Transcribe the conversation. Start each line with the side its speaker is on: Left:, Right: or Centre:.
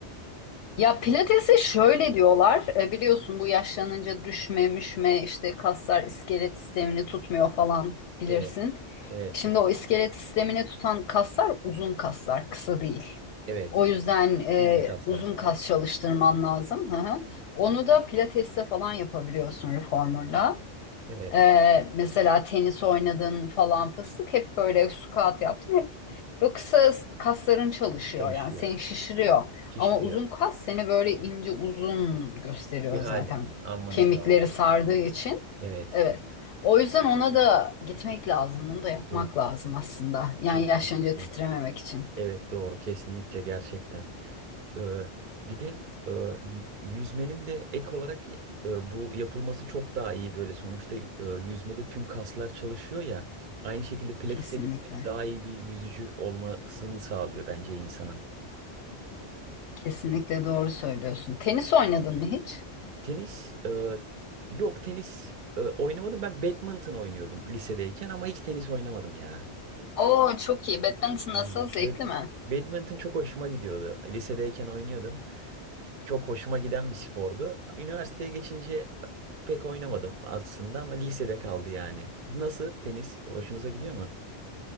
Left: Ya pilatese şöyle diyorlar. e, biliyorsun bu yaşlanınca düşme, müşme işte kaslar iskelet sistemini tutmuyor falan bilirsin.
Right: Evet. Evet.
Left: Şimdi o iskelet sistemini tutan kaslar uzun kaslar, kısa değil.
Right: Evet.
Left: O yüzden e,
Right: Bilgili kaslar.
Left: uzun kas çalıştırman lazım. Hı hı. Onu da pilatesle falan yapabiliyorsun reformerla.
Right: Evet.
Left: Ee, mesela tenis oynadın falan fıstık hep böyle squat yaptın hep böyle kısa kasların çalışıyor
Right: Çalışıyor.
Left: yani seni şişiriyor
Right: Şişiriyor.
Left: ama uzun kas seni böyle ince uzun gösteriyor
Right: Bir hal
Left: zaten
Right: almanı
Left: kemikleri
Right: sağlıyor.
Left: sardığı için
Right: Evet.
Left: evet o yüzden ona da gitmek lazım onu da yapmak
Right: Evet.
Left: lazım aslında yani
Right: Kesinlikle.
Left: yaşlanınca titrememek için
Right: Evet doğru. Kesinlikle gerçekten. Ee, bir de e, y- yüzmenin de ek olarak e, bu yapılması çok daha iyi böyle. Sonuçta e, yüzmede tüm kaslar çalışıyor ya. Aynı şekilde pilatese
Left: kesinlikle
Right: gitmek daha iyi bir yüzücü olmasını sağlıyor bence insanın.
Left: kesinlikle doğru söylüyorsun tenis oynadın mı hiç?
Right: Tenis e, yok tenis e, oynamadım. Ben badminton oynuyordum lisedeyken ama hiç tenis oynamadım ya.
Left: Oo çok iyi. Badminton
Right: Aynen.
Left: nasıl? Zevkli
Right: Bad-
Left: mi?
Right: badminton çok hoşuma gidiyordu. Lisedeyken oynuyordum. çok hoşuma giden bir spordu. Üniversiteye geçince e, pek oynamadım aslında ama lisede kaldı yani. Nasıl tenis? Hoşunuza gidiyor mu?